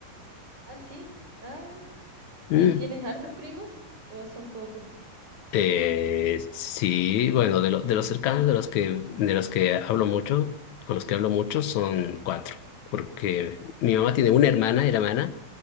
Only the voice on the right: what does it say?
Ah, sí. Ah,
¿Y tienes hartos primos o son pocos?